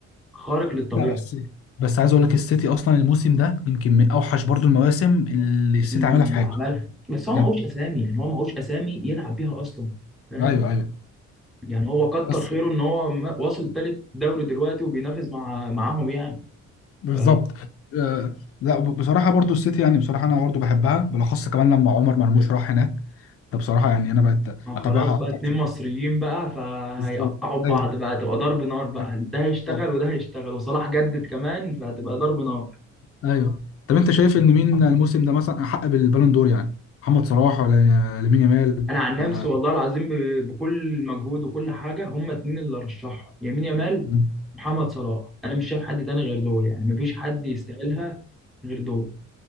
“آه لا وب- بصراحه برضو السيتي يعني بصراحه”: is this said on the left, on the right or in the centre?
Left